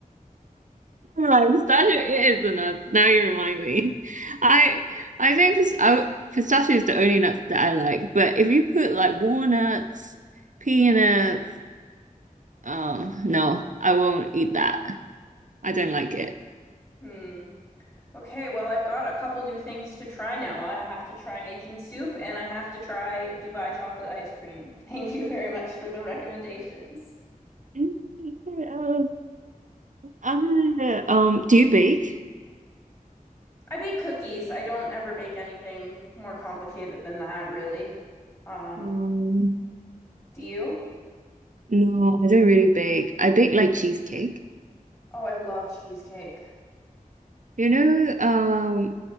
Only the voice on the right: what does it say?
Pistachio it is the nuts. Now you remind me. I I think pis- I, pistachio is the only nuts that I like. But if you put like walnuts, peanuts, um, no, I won't eat that. I don't like it.
<laughs> Um, I, um, do you bake?
Um,
no, I don't really bake. I bake like cheesecake.
You know, um,